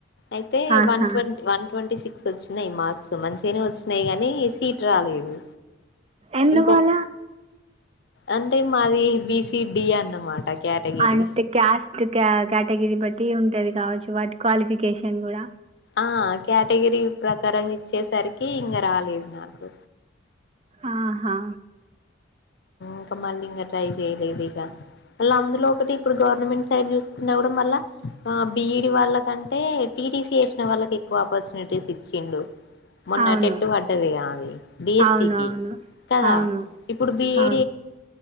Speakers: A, on the left (about 55°); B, on the right (about 30°).
A: అయితే
B: ఆహా!
A: వన్ ట్వ వన్ ట్వంటీ సిక్స్ వచ్చినయి మార్క్స్ మంచిగానే వచ్చినాయి కానీ సీట్ రాలేదు
B: ఎందుకు
A: ఇంకొ
B: అలా
A: అంటే మాది బిసిడి అన్నమాట కేటగిరీ
B: అంటే క్యాస్ట్ కేటగిరీ బట్టి ఉంటది కావచ్చు వాటి క్వాలిఫికేషన్ కూడా
A: ఆ కేటగిరీ ప్రకారం ఇచ్చేసరికి ఇంకా రాలేదు నాకు
B: ఆహా
A: ఇంకా మళ్ళీ ఇంకా ట్రై చేయలేదు ఇక వాళ్ళ అందులో ఒకటి ఇప్పుడు గవర్నమెంట్ సైడ్ చూసుకున్న కూడా మళ్ళ ఆ బిఈడి వాళ్ళకంటే టీటీసీ చేసిన వాళ్ళకి ఎక్కువ ఆపర్చునిటీస్ ఇచ్చిండు మొన్న
B: అవును.
A: టట్టు పడ్డదిగా అది డిఎస్సికి
B: అవునవును.
A: కదా
B: అవును.
A: ఇప్పుడు బిఏ
B: అవును